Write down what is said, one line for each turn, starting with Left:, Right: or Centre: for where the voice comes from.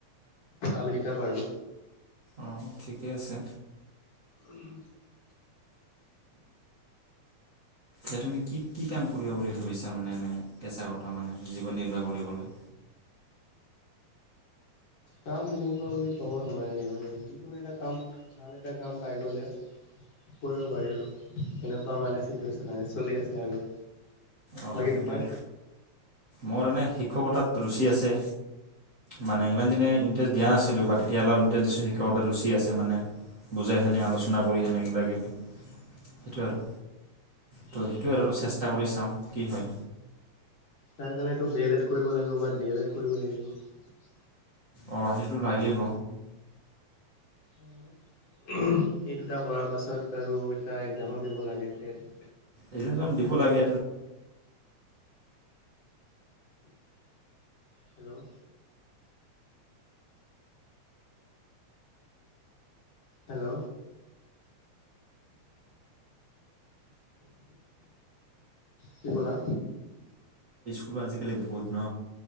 Left: কালকেইটা আৰু
Right: অঁ ঠিকেই আছে
Left: উম
Right: এ তুমি কি কি কাম কৰিবা বুলি ভাবিছা মানে এ পেচা কটা মানে জীৱন নিৰ্বাহ কৰিবলৈ
Left: কাম সেনেকুৱা বুলি ক'ব নোৱাৰি মানে যিকোনো এটা কাম ভাল এটা কাম পাই গ'লে কৰিব পাৰি আৰু সেনেকুৱা মানে চিটুৱেশ্যন চলি আছে আৰু
Right: অ
Left: বাকী
Right: সেইটোৱে
Left: তোমাৰ?
Right: মোৰ এনে শিক্ষকতাত ৰুচি আছে মানে ইমান দিনে ইণ্টাৰেষ্ট দিয়া আছে <unintelligible> এতিয়া অলপ ইনট্ৰেছ দিছু শিক্ষকতা ৰুচি আছে মানে বুজাই সেনে আলোচনা কৰি সেনে কিবা কিবি সেইটো আৰু ত' সেইটোৱে আৰু অলপ চেষ্টা চেষ্টা কৰি চাওঁ কি হয়
Left: তাৰ কাৰণেটো বি এল এড কৰিব লাগিব বা ডি এল এড কৰিব লাগিব
Right: অঁ সেইটো লাগিব
Left: এই দুটা কৰাৰ পাছত আৰু এটা একজামো দিব লাগে টেট
Right: একজাম দিব লাগে
Left: হেল্ল' হেল্ল' কি ক'লা
Right: সো আজিকালি বহুত ন